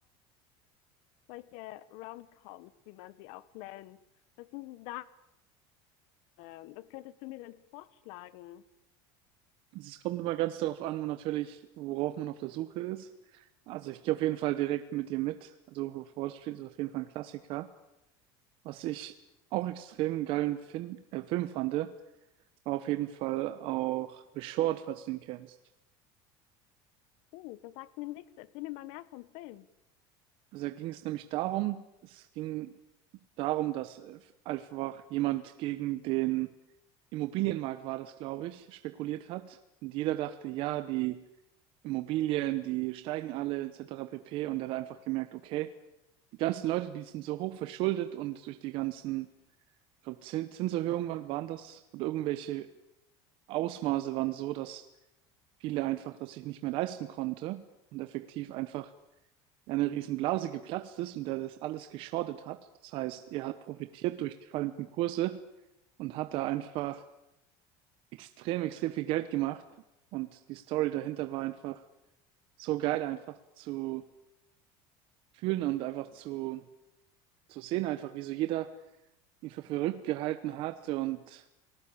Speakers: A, on the left (about 60°); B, on the right (about 45°).
A: solche Romcoms, wie man sie auch nennt. Was sind da? ähm, Was könntest du mir denn vorschlagen?
B: Es kommt immer ganz darauf an, wo natürlich, worauf man auf der Suche ist. Also ich gehe auf jeden Fall direkt mit dir mit. Also Wolf of Wall Street ist auf jeden Fall ein Klassiker. Was ich auch extrem geilen fin äh, Film fand, Auf jeden Fall auch The Short, falls du ihn kennst.
A: Hm, das sagt mir nichts. Erzähl mir mal mehr vom Film.
B: Also da ging es nämlich darum, es ging darum, dass äh, einfach jemand gegen den Immobilienmarkt war das, glaube ich, spekuliert hat. Und jeder dachte, ja, die Immobilien, die steigen alle, etc. pp. Und er hat einfach gemerkt, okay, die ganzen Leute, die sind so hoch verschuldet und durch die ganzen, ich glaube, Zin- Zinserhöhungen waren waren das und irgendwelche Ausmaße waren so, dass viele einfach das sich nicht mehr leisten konnte und effektiv einfach eine Riesenblase geplatzt ist und der das alles geschortet hat. Das heißt, er hat profitiert durch die fallenden Kurse und hat da einfach extrem, extrem viel Geld gemacht. Und die Story dahinter war einfach so geil, einfach zu fühlen und einfach zu, zu sehen, einfach wie so jeder ihn für verrückt gehalten hat und